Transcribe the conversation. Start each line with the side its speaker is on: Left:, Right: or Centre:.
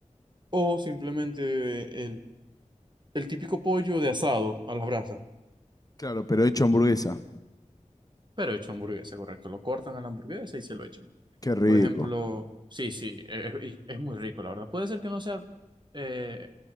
Right: o simplemente el, el típico pollo de asado a las brasas,
Left: Claro, pero hecho hamburguesa.
Right: pero hecho hamburguesa, correcto. Lo cortan a la hamburguesa y se lo echan.
Left: Qué rico.
Right: Por ejemplo, sí, sí, eh, eh, y es, muy rico, la verdad. Puede ser que no sea eh,